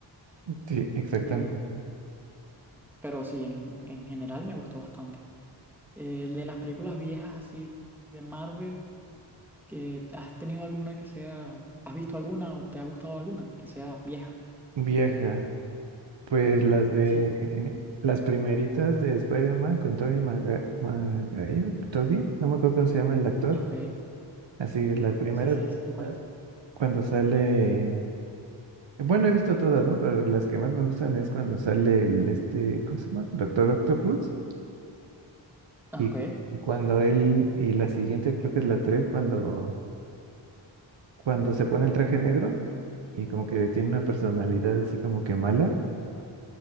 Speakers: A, on the right; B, in the centre.
A: Sí, exactamente.
B: Eh, pero sí, en, en general me gustó bastante. Eh, de las películas viejas así de Marvel, que ¿has tenido alguna que sea, has visto alguna o te ha gustado alguna que sea vieja?
A: Vieja. Pues las de
B: Sí,
A: eh, las primeritas de Spider-Man con Tobey Maga- Maguire, Tobey, no me acuerdo cómo se llama el actor.
B: Ah, ok,
A: Así, las primeras,
B: sí, sí, sí, sé cuál
A: la-
B: es.
A: cuando sale. Bueno, he visto todas, ¿no? Pero las que más me gustan es cuando sale el este, ¿cómo se llama? Doctor Octopus.
B: Ah,
A: Y,
B: Ok,
A: y cuando él, y la siguiente creo que es la 3 cuando cuando se pone el traje negro y como que tiene una personalidad así como que mala.